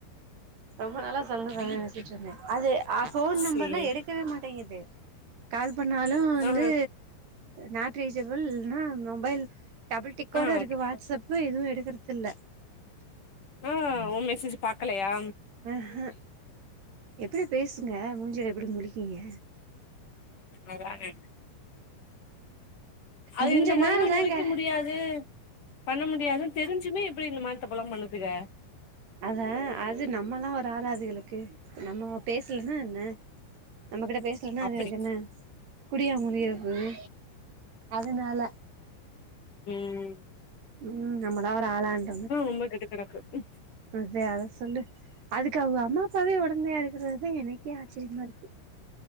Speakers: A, on the right; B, on the left.
A: ரொம்ப நாளா சொல்லனு சொல்லனு நெனச்சிட்டு இருந்தே அது ஆ ஃபோன்
B: சேரி
A: நம்பர்லா எடுக்கவே மாட்டேங்கித் வேர் கால் பண்ணாலு வந்து
B: ஆ
A: நாட் ரீச்சபில் ன்னா மொபைல் டபுள் டிக்கோட
B: ஆ ஓகே
A: இருக்கு வாட்ஸ்அப் இப்ப ஏதுவு எடுக்கிறதில்ல
B: ஆ ஒம் மெசேஜ் பாக்கலையா
A: ம்ஹூ எத்து பேசுங்க மூஞ்சில எப்பிடி முழிக்கீங்க
B: அத்தான அது
A: கொஞ்ச
B: இந்த மார்லா
A: நாள் தாங்க
B: உழைக்க முடியாது பண்ண முடியாதுன் தெரிஞ்சுமே எப்டி இந்த மாரி தப்புல்லா பண்ணுத்துக
A: அதா அது நம்மலா ஒரு ஆளா அதுகளுக்கு நம்மோ பேசுலன்னா என்ன நம்ம கிட்ட பேசுலன்னா
B: அப்டி
A: அதுகளுக் என்ன குடியா முழிகிற போது அதனால
B: உம்
A: உம் நம்மளா ஒர் ஆளாண்றாங்க
B: ரொம்ப கெட்டு கெடக்கு ம்
A: அத்த அத சொல்லு அதுக்கு அவுக அம்மா அப்பாவே ஒடந்தையா ர்ரு தி எனைக்கே ஆச்ரியமா இருக்கு